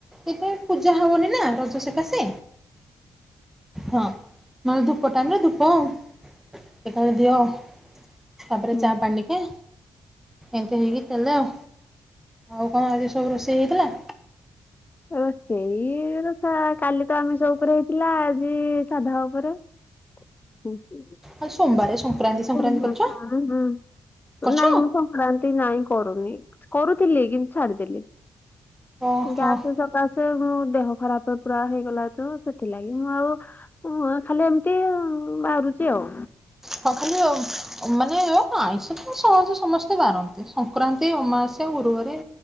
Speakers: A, in the centre; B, on the left.
A: ଏବେ ପୂଜା ହବନି ନା ରଜସକାସେ ହଁ ମାନେ ଧୂପ ଟାଇମରେ ଧୂପ ଏକା ବେଳେ ଦିଅ ସପରେ
B: ହୁଁ
A: ଚା ପାଣ୍ଡିକେ ଏମିତି ହେଇକି ଦେଲେ ଆଉ ଆଉ କଣ ଆଜି ସବୁ ରୋଷେଇ ହେଇଥିଲା?
B: ରୋଷେଇ ତ କାଲି ତ ଆମିଷ ଉପରେ ହେଇଥିଲା ଆଜି ସାଧା ଉପରେ ହୁଁ ହ <unintelligible>
A: ଆଉ ସୋମବାରେ ସଂକ୍ରାନ୍ତି।
B: <unintelligible>
A: ସଂକ୍ରାନ୍ତି କରିଛ
B: ହୁଁ।
A: କରିଛ
B: ନାଇଁ ମୁଁ ସଂକ୍ରାନ୍ତି ନାଇଁ କରୁନି କରୁଥିଲି କିନ୍ତୁ ଛାଡିଦେଲି।
A: ଓହୋ।
B: ଗ୍ୟାସ ସକାଶେ ମୋ ଦେହ ଖରାପ ପୁରା ହେଇଗଲା ତ ସେଥିଲାଗି ମୁଁ ଆଉ। ଉଁ ଆଁ ଖାଲି ଏମିତି ଉଁ ବାହାରୁଚି ଆଉ।
A: ହଁ ଖାଲି ଅ ଅ ମାନେ ଆଇଁଷ ତ ସହଜେ ସମସ୍ତେ ବାରନ୍ତି ସଂକ୍ରାନ୍ତି ଅମାବାସ ସ୍ୟା ଗୁରୁବାରେ।